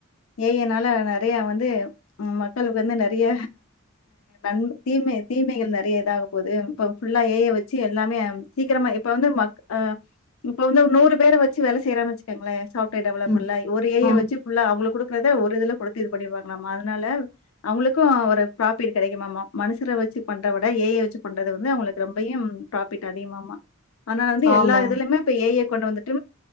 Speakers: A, on the left; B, on the left.
A: ஏஐயினால நறைய வந்து மக்களுக்கு வந்து நறைய அ தீமை தீமைகள் நறைய இதாக போகுது இப்ப ஃபுல்லா ஏஐய வெச்சு எல்லாமே சீக்கிரமா எப் இப்ப வந்து மக் அ இப்ப வந்து ஒரு நூறு பேர வெச்சு வேல செய்யறாங்கன் வெச்சுக்கங்களே சாப் டு டெவலப்பில்ல
B: ம்
A: ஒரு ஏஐய
B: ம்
A: வெச்சு ஃபுல்லா அவங்களுக் கூட றத ஒரு இதுல கொளப்பி இது பண்ணிருவாங்களாமா அதனால அவங்களுக்கு ஒரு ஃப்ராஃபிட் கெடைக்குமாமா மனுஷர வெச்சு பண்ற விட ஏஐய வெச்சு பண்றத வந்து அவங்களுக்கு ரொம்பையும் ஃப்ராஃபிட் அதிகமாமா அதனால வந்து எல்லா
B: ஆமா
A: இதுலியுமே இப்ப ஏஐய கொண்டு வந்துட்டு